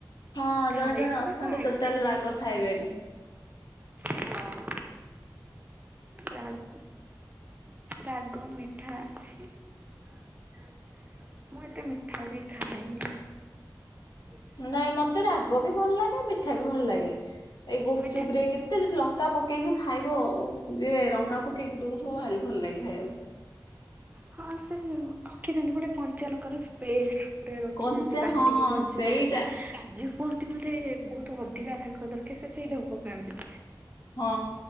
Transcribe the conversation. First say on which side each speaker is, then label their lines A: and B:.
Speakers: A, on the left; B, on the right.
A: ହଁ
B: ଖାଇବାରେ
A: ଜଣେ ଜଣେ ଅଛନ୍ତି
B: ତ ଆଗେ
A: ଟୋଟାଲ ରାଗ ଖାଇବେନି।
B: ହଁ ଜା ହେଲେ ରାଗ, ମିଠା। ମୁଁ ଏତେ ମିଠା ବି ଖାଏନି। <inaudible>
A: ନାଇଁ ମତେ ରାଗ ବି ଭଲ ଲାଗେ, ମିଠା ବି ଭଲ ଲାଗେ। ଏଇ ଗୁପଚୁପ୍
B: ମିଠା
A: ରେ କେ ତେ ଯଦି ଲଙ୍କା ପକେଇକି ଖାଇବ ଓଃ ଯେ ଲଙ୍କା ପକେଇକି ଦଉଥିବ ଭାରି ଭଲ ଲାଗେ ଖାଇବାକୁ।
B: ହଁ, ସେ ରଖିଥାନ୍ତି ଗୋଟେ କଞ୍ଚାଲଙ୍କାର ପେଷ୍ଟ। ଗୋଟେ ରଖିଥାନ୍ତି
A: କଞ୍ଚା
B: ବାଟିକି
A: ହଁ
B: କଞ୍ଚା
A: ସେଇଟା
B: ଲଗାଟା କୁହନ୍ତି ମୋତେ ବହୁତ ଅଧିକା ରାଗ ଦରକାର ସେ ସେଇଟାକୁ ପକାନ୍ତି।
A: ହଁ।